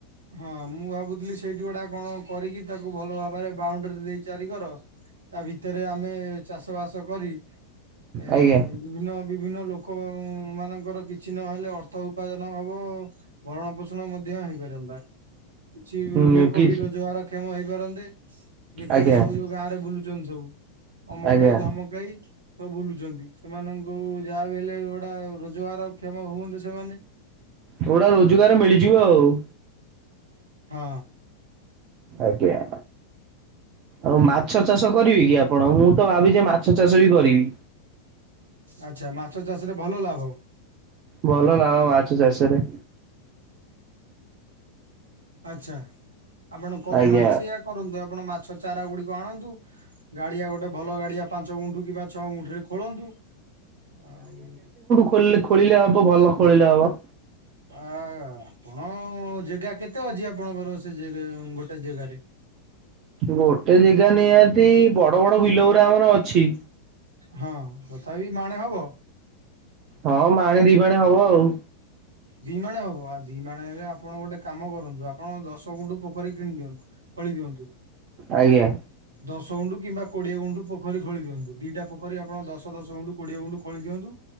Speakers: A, on the right (about 75°); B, on the right (about 35°).
A: ହଁ ମୁଁ ଭାବୁଥିଲି ସେଇଠି ଗୁଡା କ'ଣ କରିକି ତାକୁ ଭଲ ଭାବରେ ବାଉଣ୍ଡରୀ ଦେଇ ଚାରି କର। ତା ଭିତରେ ଆମେ ଚାଷ ବାସ କରି ଏ।
B: ଆଜ୍ଞା
A: ବିଭିନ୍ନ ବିଭିନ୍ନ ଲୋକ ମାନଙ୍କର କିଛି ନହେଲେ ଅର୍ଥ ଉପାର୍ଜନ ହବ। ଭରଣ ପୋଷଣ ମଧ୍ୟ ହେଇପାରେ ବା। କିଛି
B: ଉଁ
A: ଲୋକ
B: କି
A: ବି ରୋଜଗାର କ୍ଷମ ହେଇପାରନ୍ତେ। ବେକାରୀ
B: ଆଜ୍ଞା
A: ସବୁ ଯୋଉ ଗାଁ ରେ ବୁଲୁଛନ୍ତି ସବୁ ଅମକେଇ
B: ଆଜ୍ଞା
A: ଧମକେଇ। ବୁଲୁଛନ୍ତି ସେମାନଙ୍କୁ ଯାହା ବି ହେଲେ ଗୋଟା ରୋଜଗାର କ୍ଷମ ହୁଅନ୍ତେ। ଯୋଉ ମାନେ
B: ଏଗଟା ରୋଜଗାର ମିଳିଯିବ ଆଉ।
A: ହଁ।
B: ଆଜ୍ଞା ଆଉ ମାଛ ଚାଷ କରିବେ କି ଆପଣ ମୁଁ ତ ଭାବିଛିେ ମାଛ ଚାଷ ବି କରିବି।
A: ଆଚ୍ଛା ମାଛ ଚାଷ ରେ ଭଲ ଲାଭ।
B: ଭଲ ଲବା ବାଛୁ ଚାଷରେ।
A: ଆଚଛା ଆପଣ କରୁନାହାନ୍ତି
B: ଆଜ୍ଞା
A: ସେଇଆ କରନ୍ତୁ ଆପଣ ମାଛ ଚାରା ଗୁଡିକ ଆଣନ୍ତୁ। ଗାଡିଆ ଗୋଟେ ଭଲ ଗାଡିଆ ପାଞ୍ଚ ଗୁଣ୍ଠୁ କିମ୍ବା ଛଅ ଗୁଣ୍ଠୁରେ ଖୋଳନ୍ତୁ ଆଉ।
B: ଖୋ ଖୋଳିଲେ ହବ ଭଲ ଖୋଳିଲେ ହବ।
A: ଆ ଆପଣ ଜାଗା କେତେ ଅଛି ଆପଣଙ୍କର ସେ ଗୋଟେ ଜାଗାରେ।
B: ଗୋଟେ ଜାଗା ନିହାତି ବଡ ବଡ ବିଲ ଗଡା ଆମର ଅଛି।
A: ହଁ ତଥାପି ମାଣେ ହବ।
B: ହଁ ମା ଆଣିେ ଦି ପାଣେ ହବ ଆଉ।
A: ଦିମାଣ ହବ ଆଉ ଦି ମାଣେ ହେଲେ ଆପଣ ଗୋଟେ କାମ କରନ୍ତୁ ଆପଣ ଦଶ ଗୁଣ୍ଠୁ ପୋଖରୀ କିଣି ଦିଅନ୍ତୁ। ପଳି ଦିଅନ୍ତୁ।
B: ଆଜ୍ଞା।
A: ଦଶ ଗୁଣ୍ଡୁ କିମ୍ବା କୋଡିଏ ଗୁଣ୍ଡୁ ପୋଖରୀ ଖୋଳି ଦିଅୁ ଦିଟା ପୋଖରୀପଣଶ ଦଶ ଗୁଣ୍ଡୁ। କୋଡ଼ିଏ ଗୁଣ୍ଡୁ ଖୋଳି ଦିଅନ୍ତୁ